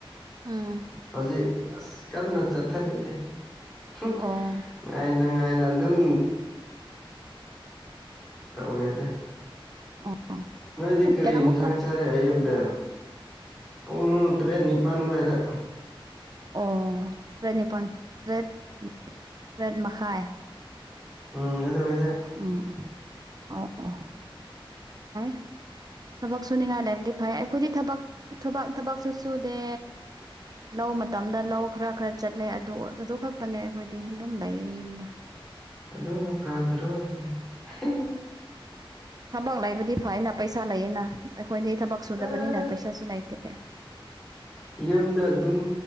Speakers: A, on the right; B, in the centre.
A: ꯎꯝ
B: ꯍꯧꯖꯤꯛ ꯑꯁ ꯀꯟꯅ ꯆꯠꯊꯠꯅꯩꯗ <unintelligible>
A: ꯑꯣ
B: ꯉꯥꯏꯅ ꯉꯥꯏꯅ ꯑꯗꯨꯝ ꯇꯧꯔꯦꯗ
A: ꯑꯣ
B: ꯅꯣꯏꯗꯤ
A: ꯄꯨꯡ
B: ꯀꯔꯤ
A: ꯀꯌꯥꯃꯨꯛ
B: ꯏꯟꯖꯥꯡ ꯆꯥꯔꯦ ꯑꯌꯨꯛꯗ ꯄꯨꯡ ꯇꯔꯦꯠ ꯅꯤꯄꯥꯟ ꯋꯥꯏꯗ
A: ꯑꯣ ꯇꯔꯦꯠ ꯅꯤꯄꯥꯟ ꯇꯔꯦꯠ <inaudible> ꯇꯔꯦꯠ ꯃꯈꯥꯏ
B: ꯎꯝ ꯑꯗꯨꯋꯥꯏꯗ
A: ꯎꯝ <unintelligible> ꯍꯥꯏ ꯊꯕꯛ ꯁꯨꯅꯤꯡꯉꯥꯏ ꯂꯩꯕꯗꯤ ꯐꯩ ꯑꯩꯈꯣꯏꯗꯤ ꯊꯕꯛ ꯊꯨꯕꯛ ꯊꯕꯛꯁꯨ ꯁꯨꯗꯦ ꯂꯧ ꯃꯇꯝꯗ ꯂꯧ ꯈꯔ ꯈꯔ ꯆꯠꯂꯦ ꯑꯗꯨ ꯑꯗꯨ ꯈꯛꯇꯅꯦ ꯑꯩꯈꯣꯏꯗꯤ ꯑꯗꯨꯝ ꯂꯩꯌꯦ ꯌꯨꯝꯗ
B: ꯑꯗꯨꯅ ꯐꯗ꯭ꯔꯣ <unintelligible>
A: ꯊꯕꯛ ꯂꯩꯕꯗꯤ ꯐꯩꯅ ꯄꯩꯁꯥ ꯂꯩꯌꯦꯅ ꯑꯩꯈꯣꯏꯗꯤ ꯊꯕꯛ ꯁꯨꯗꯕꯅꯤꯅ
B: ꯑꯁ
A: ꯄꯩꯁꯥꯁꯨ ꯂꯩꯇꯦ
B: ꯌꯨꯝꯗ ꯑꯗꯨꯝ